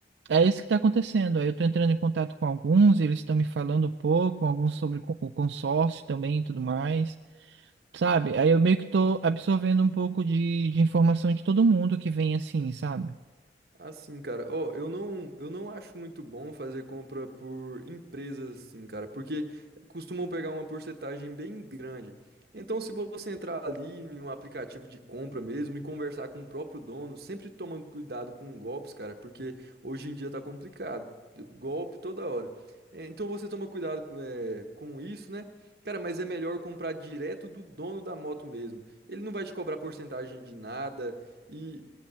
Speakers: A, on the right (about 80°); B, on the right (about 60°).
A: É isso que está acontecendo. Aí eu estou entrando em contato com alguns, eles estão me falando um pouco, alguns sobre co- o consórcio também e tudo mais. Sabe? Aí eu meio que tô absorvendo um pouco de, de informação de todo mundo que vem assim, sabe?
B: Assim, cara, ó, eu não, eu não acho muito bom fazer compra por empresas assim, cara, porque costumam pegar uma porcentagem bem grande. Então, se você entrar ali em um aplicativo de compra mesmo e conversar com o próprio dono, sempre toma cuidado com golpes, cara, porque hoje em dia tá complicado. Golpe toda hora. É, Então você toma cuidado com é, com isso, né? Cara, mas é melhor comprar direto do dono da moto mesmo. Ele não vai te cobrar porcentagem de nada. E,